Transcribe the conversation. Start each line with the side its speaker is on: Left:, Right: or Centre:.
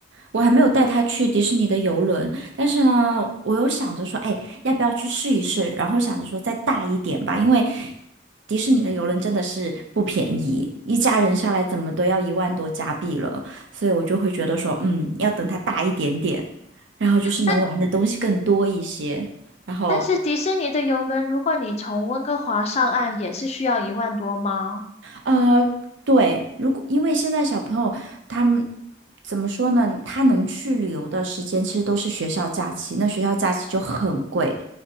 Right: 我还没有带他去迪士尼的游轮，但是呢，我又想着说，哎，要不要去试一试？然后想着说再大一点吧，因为迪士尼的游轮真的是不便宜，一家人下来怎么都要一万多加币了，所以我就会觉得说，嗯，要等它大一点点，然后就是能玩的东西更多一些，
Left: 但
Right: 然后
Left: 但是迪士尼的游轮，如果你从温哥华上岸，也是需要一万多吗？
Right: 呃，对，如果因为现在小朋友他们怎么说呢？他能去旅游的时间其实都是学校假期，那学校假期就很贵，